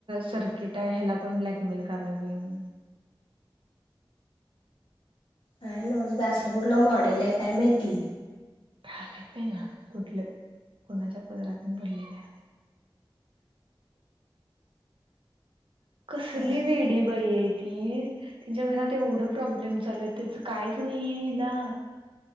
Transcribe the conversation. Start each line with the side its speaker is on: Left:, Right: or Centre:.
Right: सर्कीटाय ह्याला पण ब्लॅकमेल करायला लागले म्हण
Left: काय न असलं कुठलं मॉडेल आहे काय माहिती
Right: काय माहीत ना कुठल्या कुणाच्या पदरातून पडलेला कसली
Left: काय
Right: वेडी बाई आहे. ती तिच्या घरात एवढ प्रॉब्लेम चालू त्याच कायच नाहीेय हिला!